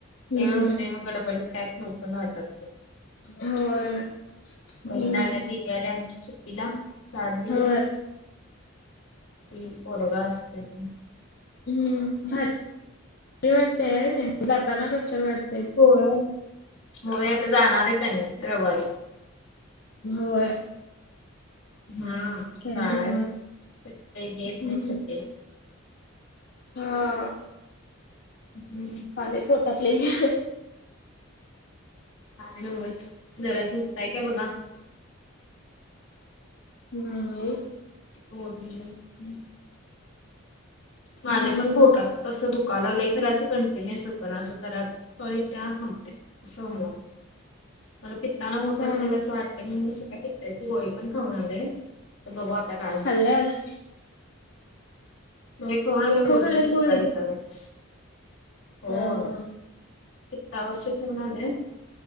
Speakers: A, on the left; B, on the left.
A: हम्म
B: ए नेमगड बड कायक नोक वाटते.
A: होय. हम्म
B: बहीण आल्या तिने आल्या आमच्या सुट्टीला चार दिवस.
A: होय.
B: ती पोरगं असतय की.
A: हम्म भारी वाटतंय होय नई? जाताना कसतर वाट
B: होय, होय आता जाणार आहेत त्यांनी रविवारी.
A: होय.
B: हा
A: काय
B: काळात
A: नव्हच
B: सुट्टी देत
A: हम्म.
B: नाहीत सुट्टीला.
A: हा.
B: हम्म.
A: खालंय पोटात लई.
B: काय नव्हच जरा झोपताय काय बघा.
A: नाही.
B: चोरली लाईट हम्म. माझ्या
A: हम्म
B: पण पोटात. तसं दुःखा लागलंय, खर असं कंटिन्युअस दुखणा असं जरा कळ येतीया थांबतीया. असं झाला. मला पित्ताना होत
A: हा
B: असेल असं वाटत की मी सगळ्या पित्ताची गोळी पण खाऊन आलोय. त बघता का <unintelligible>
A: खाल्लस.
B: म कोणाला बोलणे
A: खाऊन आल्यास
B: सकाळी
A: गोळी?
B: तरच होय.
A: हा हा.
B: <unintelligible> औषध घेऊन आले.